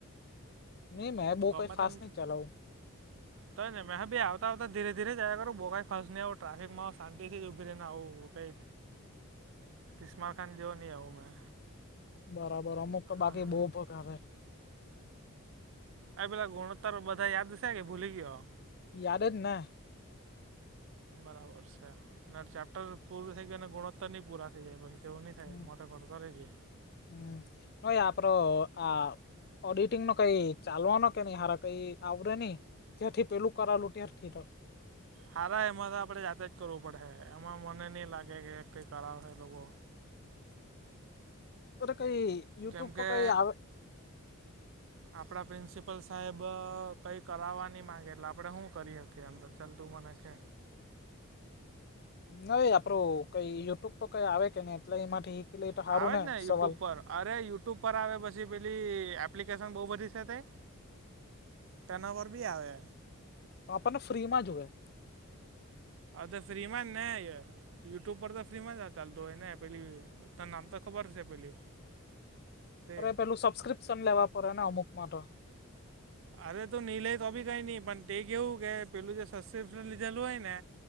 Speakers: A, on the left (about 45°); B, on the right (about 60°).
A: નઈ મેં બઉ
B: ગમે
A: કઈ ફાસ્ટ
B: તેમ.
A: નહી ચલાવું
B: તો જ ને મે બી આવતા આવતા ધીરે ધીરે જ આવ્યા કરું બો કંઈ ફાસ ની આવતા <unintelligible> શાંતથી ઉભી રહીને આવું કઈ. તિશ્માર ખાન જોવા ની આવું મેં.
A: બરાબર, અમુક તો બાકી
B: આમ
A: બહુ ભગાવે.
B: ઓય પેલા ગુણત્તર બધા યાદ છે કે ભૂલી ગયો.
A: યાદ જ ને.
B: બરાબર છે અને ચેપ્ટર પૂરું થઈ ગ્યુ ને ગુણોત્તર નહી પૂરા થઈ જાય ભઈ તેવું નઇ થાય
A: હમ
B: <unintelligible> રેજે
A: હમ ઓય આપડો આ ઓડિટિંગ નો કઈ ચાલવાનો કે નહી હારા કઈ આવડે નઈ ત્યાંથી પેલું કરાવેલું ત્યારથી તો
B: સારા એમાં તો આપણેે જાતે જ કરવું પડેહે એમાં મને નહી લાગે કે કઈ કરાવે હે બહુ
A: ઓ તો કઈ યુટ્યુબ
B: કેમ કે
A: પર કઈ આવે
B: આપણા પ્રિન્સિપલ સાહેબ કંઈ કરાવવા નહી માગે એટલે આપણે શું કરી શકીએ અંદર એમ તું મને કે
A: નઈ આપડું કઈ યુટ્યુબ પર કઈ આવે કે નઈ એટલે એમાંથી નિકલે તો સારું
B: આવે
A: ને
B: જ
A: સવાલ
B: યુટ્યુબ પર અરે યુટ્યુબ પર આવે પછી પેલી એપ્લિકેશન બહુ બધી છે તે તેનો <unintelligible> બી આવે
A: આપણ ને ફ્રી માં જોએ
B: હા તો ફ્રી માં જને યુટ્યુબ પર તો ફ્રી માં જ ચાલતું હોય ને પેલી તન નામ તો ખબર છે પેલી તે
A: અરે પેલું સબસ્ક્રિપ્શન લેવા પડે ને અમુક માંતો
B: હ અરે તો ની લય તો બી કઈ નઈ પણ તે કેવું કે પેલું જે સબસ્ક્રિપ્શન લીધેલું હોય ને